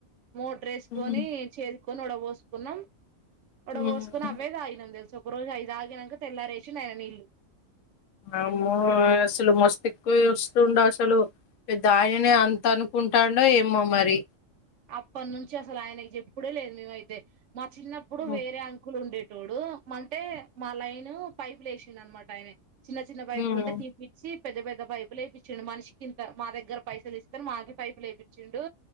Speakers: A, on the right; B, on the left.
A: మో ట్రే సుకొని
B: ఉమ్
A: చేదుకొని ఒడ పోసుకున్నాం ఒడ పోసుకొని
B: ఉమ్
A: అవే తాగినం తెలుస రోజు అవి తాగినంక తెల్లారి ఏసిండు నీళ్లు
B: అమ్మో అసలు మస్త్ ఎక్కువ చేస్తుండు అసలు దానిని అంత అనుకుంటాండో ఏమో మరి
A: అప్పటి నుంచి అసలు ఆయనకి చెప్పుడే లేదు మేమైతే మా చిన్నప్పుడు
B: హ్మ్
A: వేరే అంకులు ఉండే చూడు అంటే మా లైన్ పైపులు వేసింది అనమాట ఆయన చిన్న చిన్న పైపులు
B: హ్మ్
A: ఉంటే తీ ఇచ్చి పెద్ద పెద్ద పైపులు వయిచ్చిండు మనిషికి ఇంత మా దగ్గర పైసలు ఇస్తకని మాకి పైపు వయిచ్చిండు